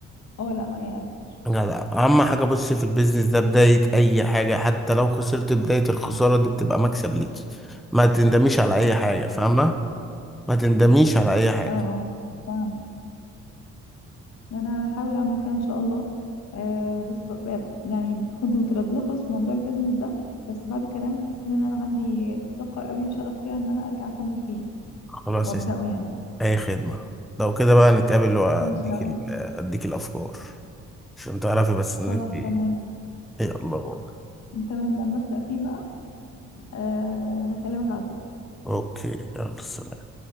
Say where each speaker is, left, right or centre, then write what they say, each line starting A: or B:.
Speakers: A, on the left (about 60°); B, in the centre.
A: اه لا ما يأستش
B: جدع اهم حاجه بص في البيزنس ده بدايه اي حاجه حتى لو خسرت بدايه الخساره دي بتبقى مكسب ليك ما تندميش على اي حاجه فاهمه ما تندميش على اي حاجه
A: اه اه فاهم انا هحاول اعمل كده ان شاء الله آه بس ب... ب... يعني كنت متردده خالص في موضوع البيزنس ده بس بعد كلامك حسيت ان انا عندي طاقه قوي وشغف كده ان انا ارجع اكمل فيه
B: خلاص
A: وابداه
B: يا سيدي
A: يعني
B: اي خدمه لو كده بقى نتقابل واديك
A: ماشي لو
B: ال- اديك الافكار عشان تعرفي بس ان
A: خلاص
B: انت إيه.
A: تمام
B: يلا بابا
A: تمام لما ابدا فيه بقى آه هكلمك على طول
B: اوكي يلا سلام